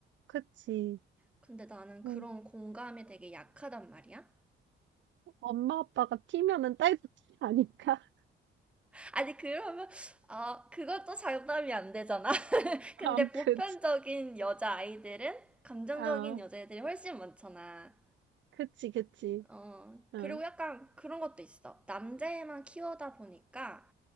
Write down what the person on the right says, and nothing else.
그치.
음,
엄마, 아빠가 튀면은 딸도 튀 아니까. <laughs>
아,
그치.
아,
그치, 그치.
어,